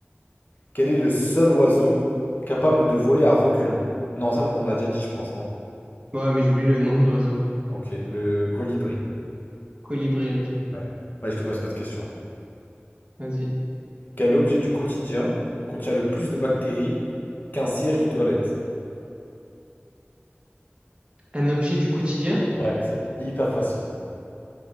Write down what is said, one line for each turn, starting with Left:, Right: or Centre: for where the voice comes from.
Left: Quel est le seul oiseau capable de voler à reculons? Non, ça on l'a déjà dit, je pense, non?
Right: Ouais, mais j'oublie le nom de l'oiseau.
Left: Ok, le colibri.
Right: Colibri, ok.
Left: Ouais. Ouais, je te pose une autre question.
Right: Vas-y.
Left: Quel objet du quotidien contient le plus de bactéries qu'un siège de toilette?
Right: Un objet du quotidien?
Left: Ouais, c'est hyper facile.